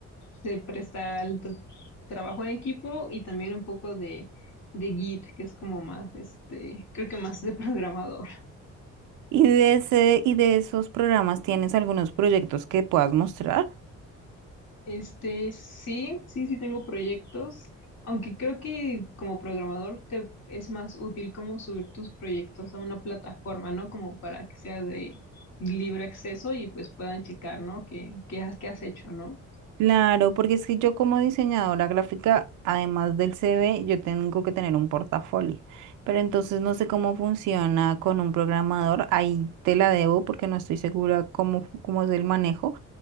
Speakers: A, on the left; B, on the right.
A: se presta al t- trabajo en equipo y también un poco de, de Git, que es como más este, creo que más de programador.
B: Y de ese, y de esos programas, ¿tienes algunos proyectos que puedas mostrar?
A: Este, sí, sí, sí tengo proyectos, aunque creo que como programador te es más útil como subir tus proyectos a una plataforma, ¿no? Como para que sea de libre acceso y pues puedan checar, ¿no? ¿Qué, qué has, qué has hecho, ¿no?
B: Claro, porque es que yo como diseñadora gráfica, además del CV, yo tengo que tener un portafolio. Pero entonces no sé cómo funciona con un programador. Ahí te la debo porque no estoy segura cómo, fu- cómo es el manejo.